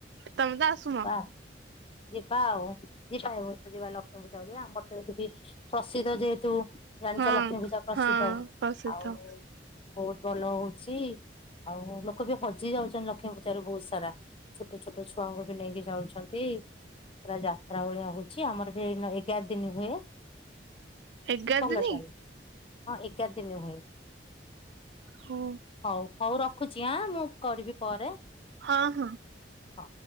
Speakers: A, on the right; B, on the left.
A: ତମେ ତ ଆସୁନ
B: ଯିବା ଯିବା ଆଉ ଯିବା ଏବ ତ ଯିବା ଲକ୍ଷ୍ମୀପୂଜା ଯିବା ଆମର ତ ଏତିକି ପ୍ରସିଦ୍ଧ ଯେହେତୁ। ଜାଣିଛ
A: ହଁ
B: ଲକ୍ଷ୍ମୀ ପୂଜା ପ୍ରସିଦ୍ଧ
A: ହଁ ପ୍ରସିଦ୍ଧ
B: ଆଉ ବହୁତ ଭଲ ହଉଛି। ଆଉ ଲୋକ ବି ହଜି ଯାଉଛନ୍ତି ଲକ୍ଷ୍ମୀ ପୂଜାରେ ବହୁତ ସାରା ଛୋଟ ଛୋଟ ଛୁଆଙ୍କୁ ବି ନେଇକି ଯାଉଛନ୍ତି। ପୁରା ଯାତ୍ରା ଭଳିଆ ହଉଛି ଆମର ବି ଏଇନା ଏଗାର ଦିନ ହୁଏ।
A: ଏଗାର
B: ଭଲ
A: ଦିନି
B: ଚାଲେ ହଁ ଏଗାର ଦିନ ହୁଏ।
A: ହଁ
B: ହଉ ହଉ ରଖୁଛି ଆଁ ମୁଁ କରିବି ପରେ।
A: ହଁ ହଁ।
B: ହଉ।